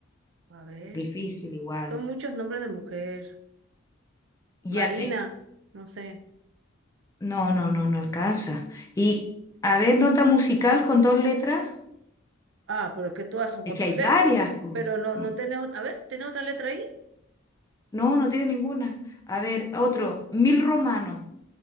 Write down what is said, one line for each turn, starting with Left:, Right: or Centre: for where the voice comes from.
Right: a ver,
Left: Difícil igual.
Right: son muchos nombres de mujer.
Left: Ya,
Right: Marina,
Left: eh,
Right: no sé.
Left: no, no, no, no alcanza. Y, a ver, nota musical con dos letras.
Right: Ah, pero es que todas son con
Left: Es que
Right: dos
Left: hay varias.
Right: letras.
Left: pu.
Right: Pero no,
Left: Mm,
Right: no tenés otra. A ver, ¿tenés otra letra ahí?
Left: No, no tiene ninguna. A ver, otro, mil romano.